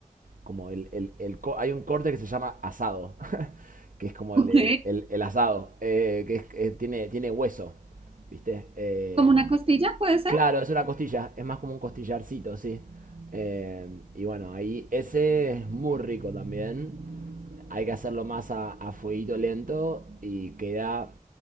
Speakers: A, on the right; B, on the right.
A: como el, el, el hay un corte que se llama asado, <laughs> que es como
B: ¿ok?
A: el, el- el- el asado, eh, que es- eh, tiene, tiene hueso, ¿viste? Eh,
B: Como una costilla puede ser,
A: claro, es una costilla, es más como un costillarcito, sí. Eh, y bueno, ahí ese es muy rico también. Hay que hacerlo más a, a fueguito lento y queda